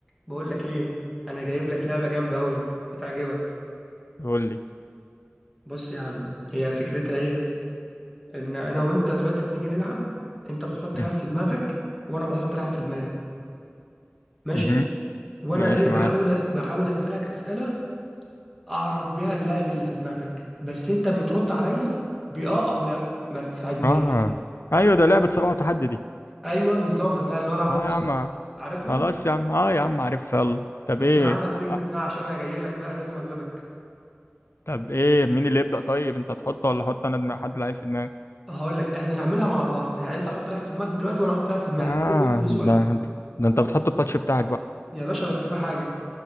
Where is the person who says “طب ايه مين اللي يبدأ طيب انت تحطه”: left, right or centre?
Left